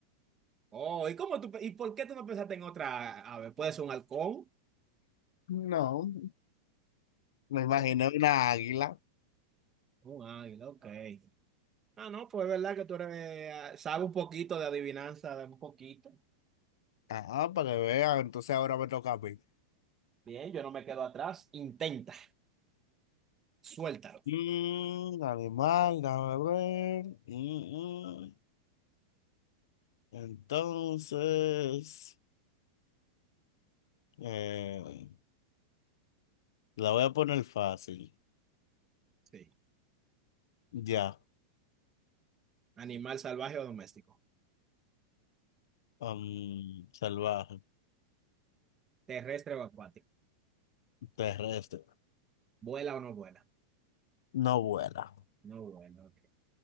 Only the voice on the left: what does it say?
No, me imaginé
una águila.
Ajá, para que vean. Entonces ahora me toca a mí.
Mm, animal, déjame ver. Mm, mm. Entonces, eh, la voy a poner fácil.
Ya,
am, salvaje,
terrestre.
No vuela.